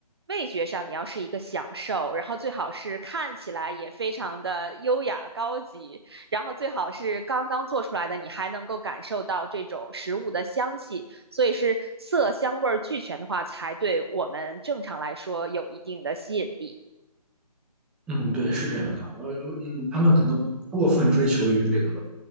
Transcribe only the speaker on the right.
味觉上，你要是一个享受，然后最好是看起来也非常的优雅高级，然后最好是刚刚做出来的，你还能够感受到这种食物的香气。所以是色香味儿俱全的话，才对我们正常来说有一定的吸引力。